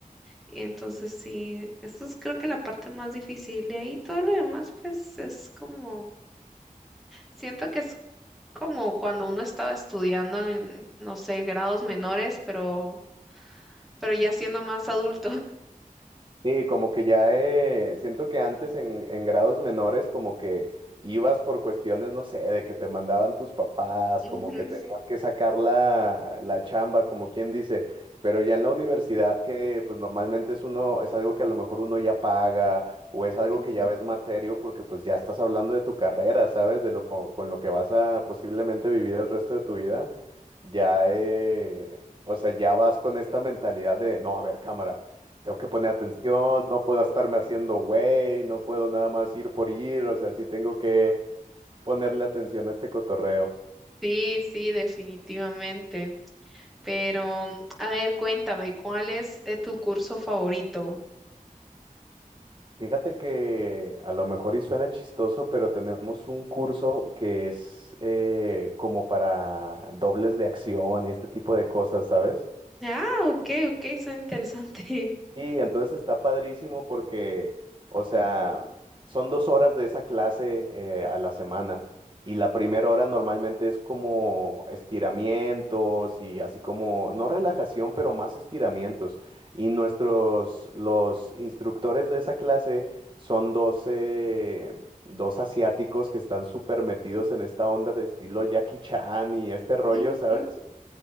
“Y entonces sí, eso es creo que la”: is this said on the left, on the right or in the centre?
Centre